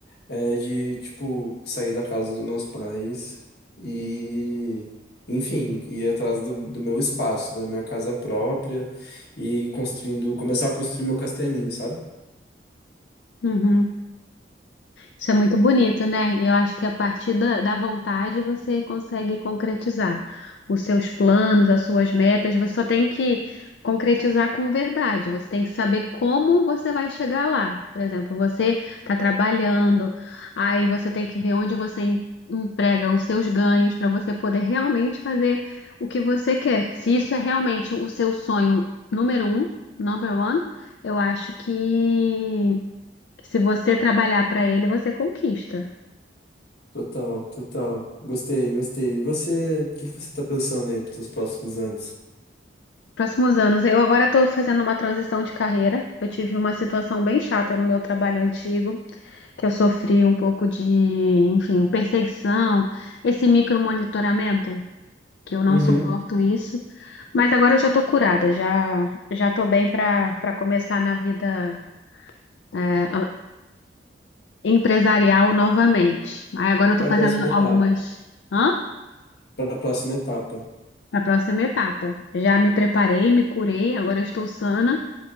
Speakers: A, on the left; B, on the left.
A: é de, tipo, sair da casa dos meus pais e, enfim, ir atrás do, do meu espaço, da minha casa própria e construindo, começar a construir meu castelinho, sabe?
B: uhum, Isso é muito bonito, né? Eu acho que a partir da, da vontade você consegue concretizar os seus planos, as suas metas. Você só tem que concretizar com verdade. Você tem que saber como você vai chegar lá. Por exemplo, você está trabalhando, aí você tem que ver onde você em- emprega os seus ganhos para você poder realmente fazer o que você quer. Se isso é realmente o seu sonho número um, number one, eu acho que se você trabalhar para ele, você conquista.
A: Total, total. Gostei, gostei. E você, o que que você tá pensando aí para os próximos anos?
B: Próximos anos, eu agora estou fazendo uma transição de carreira. Eu tive uma situação bem chata no meu trabalho antigo, que eu sofri um pouco de, enfim, perseguição, esse micromonitoramento, que eu não
A: Uhum.
B: suporto isso. Mas agora eu já estou curada, já já estou bem para para começar na vida é, empresarial novamente. Aí agora eu estou
A: Para
B: fazendo
A: a próxima
B: algumas.
A: etapa.
B: Hã?
A: Para a próxima etapa.
B: A próxima etapa. Já me preparei, me curei, agora eu estou sana